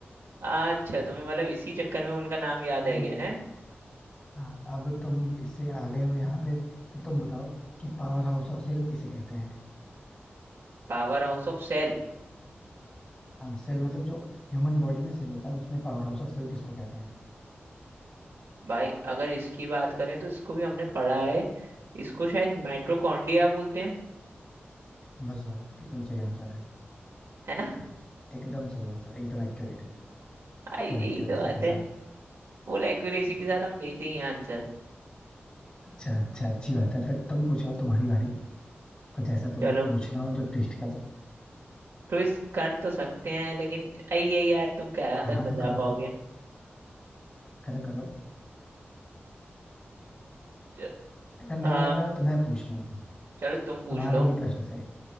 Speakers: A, on the right (about 85°); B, on the left (about 30°).
A: अच्छा तुम्हें मतलब इसी चक्कर में उनका नाम याद
B: अब
A: है गया है
B: हाँ अब तुम इससे आ गए हो यहाँ पे तो तुम बताओ कि पावर हाउस ऑफ सेल किसे कहते हैं
A: Power house of cell
B: हाँ सेल मतलब जो ह्यूमन बॉडी में सेल होता है उसमें पावर हाउस ऑफ सेल किसको कहते हैं
A: भाई अगर इसकी बात करें तो इसको भी हमने पढ़ा है इसको शायद माइटोकॉन्ड्रिया बोलते हैं
B: बस भाई एकदम सही आंसर है
A: है ना
B: एकदम सही आंसर एकदम एक्यूरेट है
A: आई
B: फुल
A: यही
B: एक्यूरेसी
A: तो बात
B: के
A: है
B: साथ
A: फुल एक्यूरेसी के साथ हम देते ही आंसर
B: अच्छा अच्छा अच्छी बात है फिर तुम पूछो तुम्हारी बारी कुछ ऐसा तुमको
A: चलो
B: पूछना हो जो ट्विस्ट का
A: ट्विस्ट कर तो सकते हैं लेकिन आई ये यार तुम कहाँ
B: हाँ
A: तक
B: हाँ, तो
A: बता
B: करो
A: पाओगे
B: करो करो करो
A: च-
B: अगर नहीं
A: आ,
B: याद आया तो मैं पूछ लूं
A: चलो तुम पूछ
B: तुम्हारे
A: लो
B: ही प्रश्न से